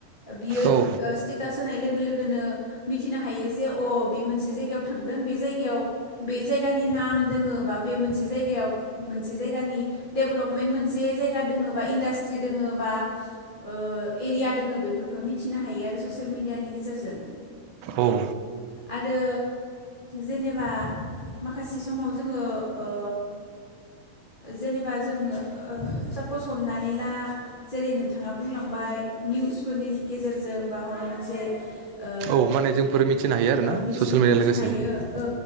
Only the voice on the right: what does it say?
औ
औ
औ माने जोंफोर मिथिनो हायो आरोना
ससिल मिडिया
लोगोसे